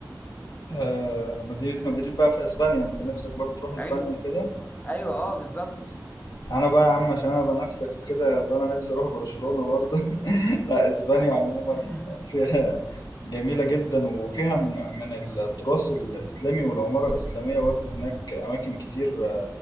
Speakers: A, on the left; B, on the left.
A: آه مدينه مدريد بقى في اسبانيا انت نفسك برضه تروح اسبانيا
B: ايوه
A: كده
B: ايوه اه بالظبط
A: انا بقى يا عم عشان انا نفسك وكده فانا نفسي اروح برشلونة برضه <laughs> لا اسبانيا
B: <laughs>
A: عموما فيها جميلة جدا وفيها من من التراث الإسلامي والعمارة الإسلامية برضه هناك أماكن كتير